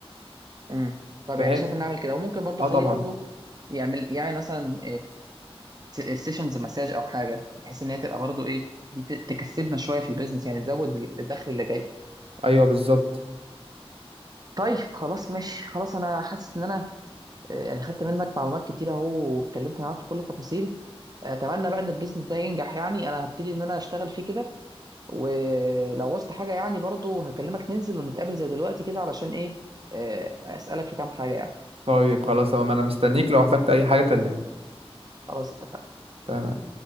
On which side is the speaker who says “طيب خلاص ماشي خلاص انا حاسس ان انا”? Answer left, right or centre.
Right